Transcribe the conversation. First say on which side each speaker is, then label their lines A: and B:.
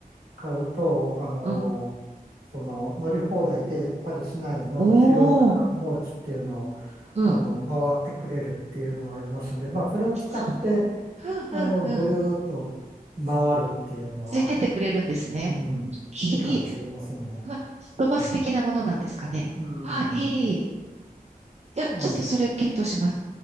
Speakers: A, on the right; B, on the right.
A: 買うと、あの、
B: うん、
A: その乗り放題でパリ市内の主要な観光地っていうのを、
B: おー、うん、
A: あの、回ってくれるっていうのがありますんで、まあ、それを使って、
B: そう、ふんふんふん、
A: あの、ぐるーっと回るっていうのは、
B: ついてってくれるんですね。
A: うん、
B: いい、
A: いいかもしれませんね。
B: いい。まあ、すっとバス的なものなんですかね。
A: うん。うんうんうん
B: あ、いい。いや、
A: あの、
B: ちょっとそれ検討します。